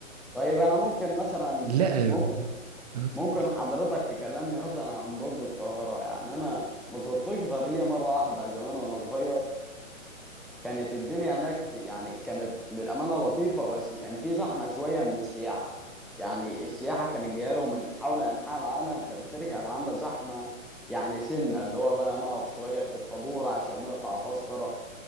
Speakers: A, in the centre; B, on the right (about 30°).
A: طيب انا ممكن مثلا
B: لا
A: ممكن
B: آه، اتفضل
A: ممكن حضرتك تكلمني مثلا عن برج القاهره يعني انا ما زرتوش غير هي مره واحده زمان وانا صغير كانت الدنيا هناك يعني كانت للأمانة لطيفة بس كان في زحمة شوية من السياحة يعني السياحة كانت جاية له من حول أنحاء العالم فبالتالي كانت عاملة زحمة يعني سنة اللي هو بقى نقف شوية في الطابور عشان نقطع تذكرة